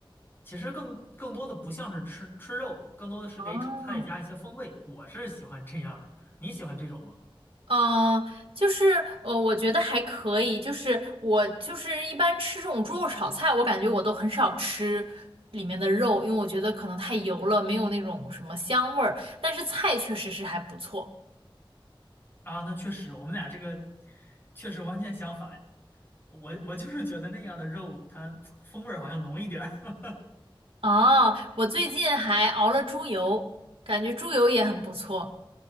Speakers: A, on the left; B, on the right.
A: 其实更更多的不像是吃吃肉，更多的是给炒菜加一些风味。
B: 哦，
A: 我是喜欢这样的，你喜欢这种吗？
B: 嗯，呃就是呃，我觉得还可以。就是我就是一般吃这种猪肉炒菜，我感觉我都很少吃里面的肉，因为我觉得可能太油了，没有那种什么香味儿。但是菜确实是还不错。
A: 啊，那确实，我们俩这个确实完全相反。我我就是觉得那样的肉它风味儿好像浓一点儿。
B: 哦，我最近还熬了猪油，感觉猪油也很不错。